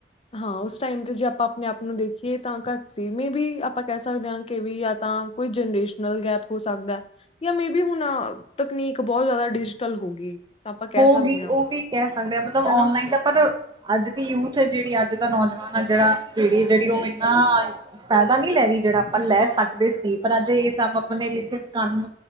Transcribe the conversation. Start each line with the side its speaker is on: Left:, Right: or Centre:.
Left: ਹਾਂ ਉਸ ਟਾਈਮ ਤੇ ਜੇ ਆਪਾਂ ਆਪਣੇ ਆਪ ਨੂੰ ਦੇਖੀਏ ਤਾਂ ਘੱਟ ਸੀ ਮੇ ਬੀ ਆਪਾਂ ਕਹਿ ਸਕਦੇ ਹਾਂ ਕਿ ਵੀ ਜਾਂ ਤਾਂ ਕੋਈ ਜਨਰੇਸ਼ਨਲ ਗੈਪ ਹੋ ਸਕਦਾ। ਜਾਂ ਮੇਬੀ ਹੁਣ ਤਕਨੀਕ ਬਹੁਤ ਜ਼ਿਆਦਾ ਡਿਜੀਟਲ ਹੋ ਗਈ। ਤਾਂ ਆਪਾਂ ਕਹਿ
Right: ਹੋ
Left: ਸਕਦੇ
Right: ਗਈ
Left: ਹਾਂ,
Right: ਉਹ ਵੀ ਕਹਿ ਸਕਦੇ ਆ ਮਤਲਬ
Left: ਹਨਾ।
Right: ਔਨਲਾਈਨ ਆਪਾ ਦਾ ਅੱਜ ਦੀ ਯੂਥ ਹੈ ਜਿਹੜੀ ਅੱਜ ਦਾ ਨੌਜਵਾਨ ਆ ਜਿਹੜਾ ਪੀੜੀ ਹੈ ਜਿਹੜੀ ਉਹ ਇੰਨਾ ਫਾਇਦਾ ਨਹੀਂ ਲੈ ਰਹੀ ਜਿਹੜਾ ਆਪਾਂ ਲੈ ਸਕਦੇ ਸੀ ਪਰ ਅੱਜ ਇਹ ਸਭ ਆਪਣੇ ਲਈ ਸਿਰਫ ਕਾਨੂੰ